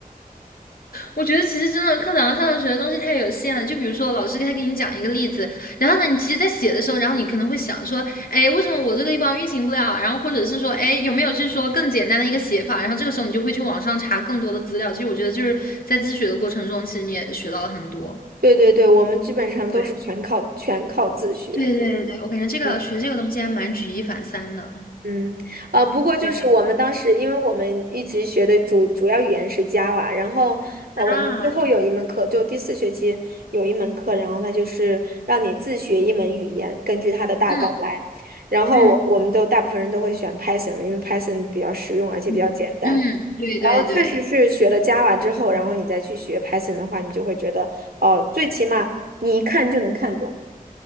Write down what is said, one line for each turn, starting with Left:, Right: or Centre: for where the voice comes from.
Left: 我觉得其实真的课堂上学的东西太有限了，就比如说老师他给你讲一个例子，然后呢，你其实，在写的时候，然后你可能会想说，哎，为什么我这个地方运行不了？然后或者是说，哎，有没有就是说更简单的一个写法？然后这个时候你就会去网上查更多的资料。其实我觉得就是在自学的过程中，其实你也学到了很多。
Right: 对对对，我们基本上都是全靠全靠自学。
Left: 对对对对对，我感觉这个学这个东西还蛮举一反三的
Right: 嗯。嗯，呃，不过就是我们当时，
Left: 对，
Right: 因为我们一直学的主主要语言是 Java，然后呃，我们最后有一门课，
Left: 啊，
Right: 就第四学期有一门课，然后它就是让你自学一门语言，根据它的大纲来。
Left: 嗯
Right: 然后我我们都大部分人都会选
Left: 嗯
Right: Python 嘛因为 Python 比较实用，而且比较简单。
Left: 嗯嗯，对对对
Right: 然后确实是学了 Java 之后，然后你再去学 Python 的话，你就会觉得，哦、最起码你一看就能看懂。